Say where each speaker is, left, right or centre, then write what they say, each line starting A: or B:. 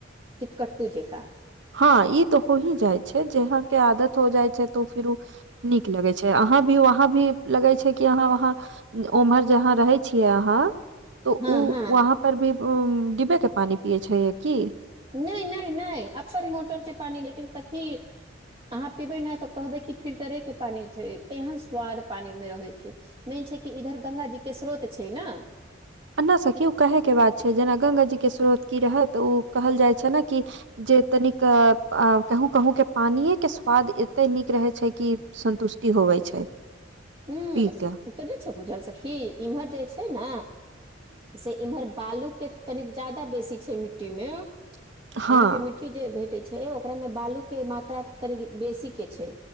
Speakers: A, on the right; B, on the right.
A: चितकट्टू जेका
B: हँ ई तऽ हो ही जाइ छै जहाके आदत हो जाइ छै तो फिर उ नीक लगै छै अहाँ भी वहाँ भी लगै छै कि अहाँ वहाँ उम्हर जहाँ रहे छियै अहाँ तो
A: हँ
B: उ
A: हँ
B: वहा पर भी उ डिब्बे के पानी पियए छै यऽ की
A: नहि नहि नहि अक्सर मोटर के पानी लेकिन सकी अहाँ पीबै ने तऽ कहबै कि फिल्टरे के पानी छै एहन स्वाद पानी मऽ रहै छै मेन छै कि इधर गंगा जी के स्रोत छै नऽ
B: एन्ना सकी ओ कहे के बात छै जेना ग्ंगा जी के स्रोत की रहय तऽ ओ कहल जाय छै नऽ कि जे तनिक कहूँ कहूँ के पानिेके स्वाद एते नीक रहै छै कि संन्तुष्टि होवै छै
A: हू
B: पी के
A: तऽ नहि छै बुझल सखी इम्हर जे छै ने से इम्हर बालू के कनिक ज्यदा बेसी छै मिट्टी मे अहाँके
B: हँ
A: मिट्टी कटी जे भेटै छै ओकरामे बालू के मात्रा कनि बेसी के छै